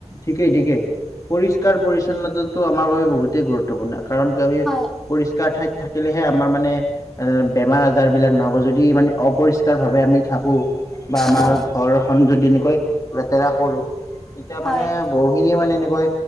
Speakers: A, on the left; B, in the centre.
A: ঠিকেই, ঠিকেই। পৰিষ্কাৰ-পৰিচ্ছন্নতাটো আমাৰ বাবে, বহুতেই গুৰুত্বপূৰ্ণ। কাৰণতো আমি,
B: হয়,
A: পৰিষ্কাৰ ঠাইত থাকিলেহে, আমাৰ মানে, বেমাৰ-আজাৰ বিলাক নহ'ব যদি মানে, অপৰিষ্কাৰভাৱে আমি থাকোঁ! বা আমাৰ,
B: হয়,
A: ঘৰখন যদি এনেকৈ, লেতেৰা কৰোঁ। তেতিয়া
B: হয়,
A: মানে বহুখিনিয়ে মানে এনেকৈ